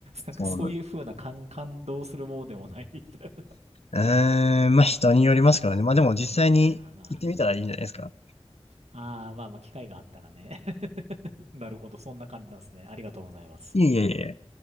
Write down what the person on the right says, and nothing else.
なんかそういう風な感、
感動するものでもないみたい
な。あーまあ、ああ、まあまあ、機会があったらね。<laughs> なるほど、そんな感じなんですね。ありがとうございます。